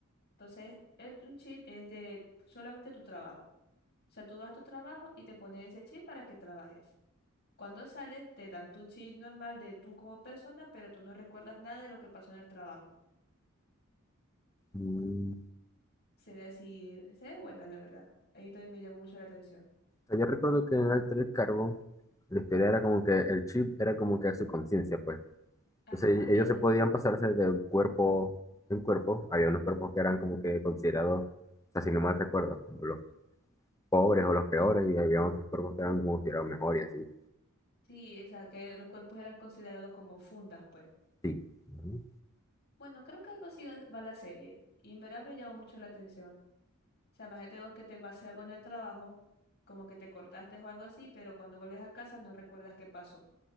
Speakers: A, on the left (about 50°); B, on the left (about 15°).
A: Entonces, el- un chip es de solamente tu trabajo. O sea, tú vas a tu trabajo y te ponen ese chip para que trabajes. Cuando sales, te dan tu chip normal de tú como persona, pero tú no recuerdas nada de lo que pasó en el trabajo.
B: Mm,
A: Se ve así, se ve buena, la verdad. A mí también me llamó mucho la atención.
B: yo recuerdo que en el Altered Carbon la historia era como que el chip era como que su conciencia, pues.
A: Ajá,
B: Entonces ellos
A: eh,
B: se podían pasarse de un cuerpo en cuerpo. Había unos cuerpos que eran como que considerados, así no mal recuerdo, como los pobres o los peores, y había otros cuerpos que eran considerados mejor y así.
A: sí, o sea, que los cuerpos eran considerados como fundas, pues.
B: Sí. Ujú.
A: Bueno, creo que algo así va, va la serie. Y en verdad me llamó mucho la atención. O sea, imagínate vos que te pase algo en el trabajo, como que te cortaste o algo así, pero cuando vuelves a casa no recuerdas qué pasó.